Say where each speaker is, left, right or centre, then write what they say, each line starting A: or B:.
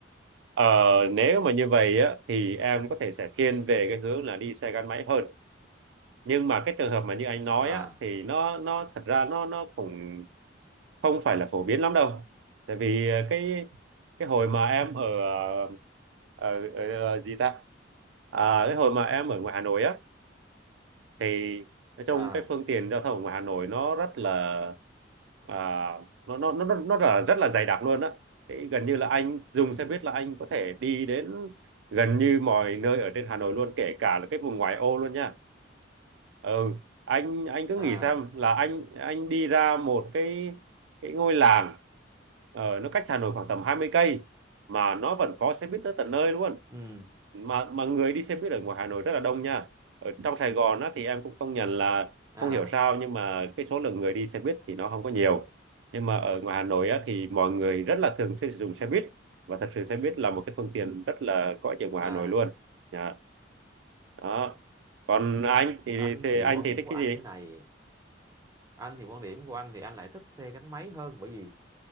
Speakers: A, on the right (about 70°); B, on the right (about 20°).
A: Ờ, nếu mà như vậy á thì em có thể sẽ thiên về cái hướng là đi xe gắn máy hơn nhưng mà cái trường hợp mà như anh nói
B: À
A: á thì nó nó thật ra nó nó cũng không phải là phổ biến lắm đâu tại vì ờ, cái cái hồi mà em ở ờ, ở, ở, ở gì ta à, cái hồi mà em ở ngoài Hà Nội á thì nói chung
B: à
A: cái phương tiện giao thông của Hà Nội nó rất là à, nó nó nó nó nó là rất là dày đặc luôn á Thì gần như là anh dùng xe buýt là anh có thể đi đến gần như mọi nơi ở trên Hà Nội luôn kể cả là cái vùng ngoại ô luôn nha ừ anh anh cứ nghĩ
B: à
A: xem là anh anh đi ra một cái cái ngôi làng ờ, nó cách Hà Nội khoảng tầm 20 cây mà nó vẫn có xe buýt tới tận nơi luôn
B: ừ
A: mà mà người đi xe buýt ở ngoài Hà Nội rất là đông nha ở trong Sài Gòn á, thì em cũng công nhận là
B: à
A: không hiểu sao nhưng mà cái số lượng người đi xe buýt thì nó không có nhiều nhưng mà ở ngoài Hà Nội á, thì mọi người rất là thường xuyên sử dụng xe buýt và thật sự xe buýt là một cái phương tiện rất là có ích ở ngoài
B: à
A: Hà Nội luôn Dạ. đó còn anh thì,
B: anh
A: thì
B: thì
A: anh
B: quan
A: thì
B: điểm
A: thích
B: của
A: cái
B: anh
A: gì
B: thế này anh thì quan điểm của anh thì anh lại thích xe gắn máy hơn bởi vì